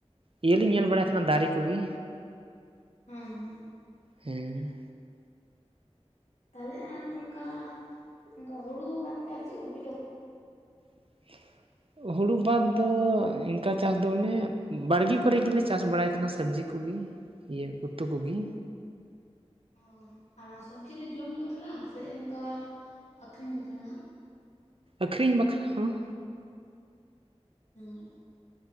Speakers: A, on the right; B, on the left.
A: ᱤᱭᱟᱹ ᱞᱤᱧ ᱧᱮᱞ ᱵᱟᱲᱟᱭ ᱮᱫ ᱛᱟᱦᱮᱸᱱᱟ ᱫᱟᱨᱮ ᱠᱚᱜᱤ
B: ᱦᱩᱸ ᱦᱩᱸ
A: ᱦᱮᱸ
B: ᱛᱟᱦᱚᱞᱮ ᱟᱨ ᱚᱱᱠᱟ ᱚᱱᱠᱟ ᱦᱩᱲᱩ ᱵᱟᱫ ᱛᱮ ᱟᱨ ᱪᱮᱫ ᱠᱚᱯᱮ ᱪᱟᱥ
A: <unintelligible> ᱦᱩᱲᱩ ᱵᱟᱫᱽ ᱫᱚ ᱤᱱᱠᱟ ᱪᱟᱥ ᱫᱚ ᱚᱱᱮ ᱵᱟᱲᱜᱤ ᱠᱚᱨᱮ ᱜᱮᱞᱮ ᱪᱟᱥ ᱵᱟᱲᱟᱭ ᱮᱫ ᱛᱟᱦᱮᱱᱟ ᱥᱚᱵᱽᱡᱤ ᱠᱩᱵᱤ ᱤᱭᱟᱹ ᱩᱛᱩ ᱠᱩᱜᱤ
B: ᱚ ᱟᱨ ᱥᱚᱵᱽᱡᱤ ᱫᱚ ᱡᱚᱢ ᱵᱟᱠᱷᱨᱟ ᱥᱮ ᱚᱱᱠᱟ ᱟᱹᱠᱷᱨᱤᱧ ᱵᱟᱠᱷᱨᱟ
A: ᱟᱹᱠᱷᱨᱤᱧ ᱵᱟᱠᱷᱨᱟ ᱦᱚᱸ
B: ᱟᱸ